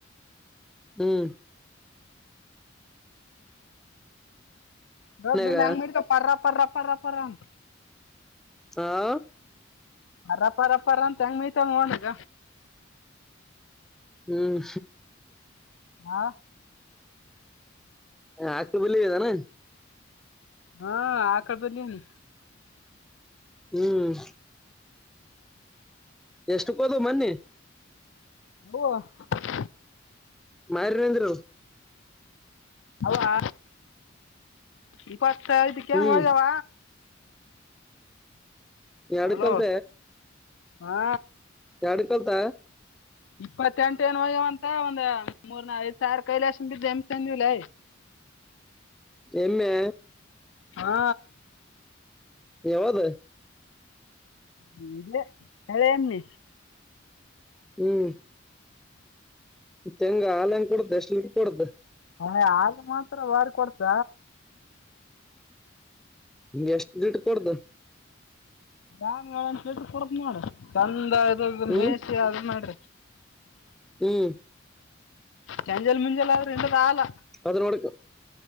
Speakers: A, in the centre; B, on the left (about 75°).
A: ಹ್ಮ್
B: ದಡ್ದುಲ್
A: ಮನ್ಯಾಗ
B: ಹೆಂಗ್ ಪರ್ರ ಪರ್ರ ಪರ್ರ ಪರಂಗ
A: ಹಾ
B: ಅರಪ್ಪಪ್ಪರ ಅಂತ ಹೆಂಗ ಮೈ್ತ ನೋಡಗ
A: ಹ್ಮ್
B: ಹಾ
A: ಹ ಆಗ್ತ ಬಳ ಇದಾನ
B: ಹಾ ಹಾಕತೀದಿನಿ
A: ಹ್ಮ್ ಎಷ್ಟು ಕೋದು ಮನ್ನಿ
B: ಹ <inaudible>
A: ಮರಿನಂದ್ರು
B: ಅವವಾ ಇಪ್ಪತ್ತು ಐದಕ್ಕೆನ್
A: ಹ್ಮ್
B: ಹೋಗುವ
A: ಎರಡು
B: ಹಲೋ
A: ಕಲ್ತ
B: ಹಾ
A: ಎರಡು ಕಲಿತ
B: ಇಪ್ಪತ್ತ ಎಂಟ ನ್ ಹೋಗ್ಯವಂತ ಒಂದ್ ಮೂರ್ನ ಐದ್ ಸಾವಿರ ಕೈಲಕ್ಷ ಬಿದ್ದ ಎಮಂದಿವಿಲ್ಲ.
A: ಎಮ್ಮೆ
B: ಹಾ
A: ಯಾವದು
B: ಹ್ಮೆ ಹಳೆ ಎಮ್ಮಿ
A: ಹ್ಮ್ ತೆಂಗ ಹಾಲಂಗ್ ಕೊಡ್ದ ಎಷ್ಟು ಲೀ ಕೊಂದರು
B: ಹ ಹಾಲು ಮಾತ್ರ ಬಾರಿ ಕೊಡ್ತ
A: ನೀ ಎಷ್ಟ್ ಲೀಟರ್ ಕೊಡ್ತೀ
B: ಾಮನ್ಟ್ರ ಕೊರ್ಪ ಮಾಡ ಚಂದ ಇ
A: ಹ್ಮ್
B: ಮೇಸಿ ಅದ ಮಾಡ್ರಿ
A: ಹ್ಮ್
B: ಚಂಜಲ್ ಮುಂಜಲೆ ಆದ್ರ ಇಂಡದು ಆಗಲ
A: ಅದರೊಡುಕ